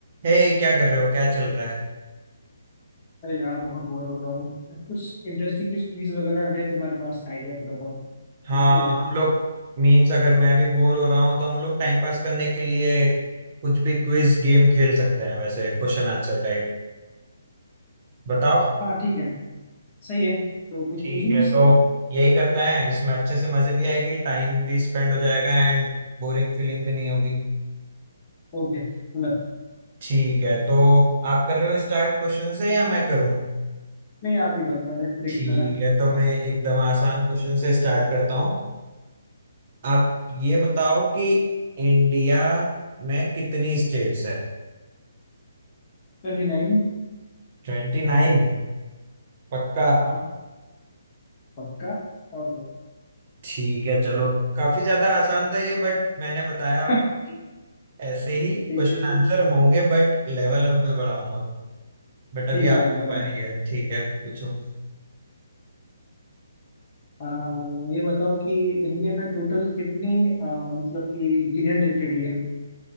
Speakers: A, on the right (about 40°); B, on the left (about 30°).
A: हे क्या कर रहे हो क्या चल रहा है
B: अरे यार बहुत बोर हो रहा हूँ कुछ इंटरेस्टिंग कुछ क्विज वगैरह है तुम्हारे पास आइडिया तो बताओ खेलते
A: हाँ
B: हैं यार
A: हम लोग मीन्स अगर मैं भी बोर हो रहा हूँ तो हम लोग टाइम पास करने के लिए कुछ भी क्विज गेम खेल सकते हैं वैसे क्वेश्चन आंसर टाइप बताओ
B: हाँ ठीक है सही है तो कुछ
A: ठीक
B: पूछूं मुझसे
A: है तो यही करते हैं इसमें अच्छे से मजे भी आएगी टाइम भी स्पेंड हो जाएगा एंड बोरिंग फीलिंग भी नहीं होगी
B: ओके लो
A: ठीक है तो आप कर रहे हो स्टार्ट क्वेश्चन से या मैं करूँ
B: नहीं आप ही करो पहले
A: ठीक
B: देखते जरा
A: है तो मैं एकदम आसान क्वेश्चन से स्टार्ट करता हूँ आप ये बताओ कि इंडिया में कितनी स्टेट्स है
B: Twenty nine
A: Twenty nine पक्का
B: हाँ पक्का और क्या
A: ठीक है चलो काफी ज्यादा आसान था ये बट मैंने बताया आपको
B: <laughs>
A: कि ऐसे ही
B: ठीक
A: क्वेश्चन
B: है ठीक
A: आंसर होंगे बट लेवल अप में बढ़ाऊंगा बट अभी
B: ठीक है
A: आपकी
B: आप बनाओ
A: बारी है ठीक है पूछो
B: आ, ये बताओ कि इंडिया में टोटल कितने आ, मतलब कि इंग्रेडिएंट रिलेटेड ये है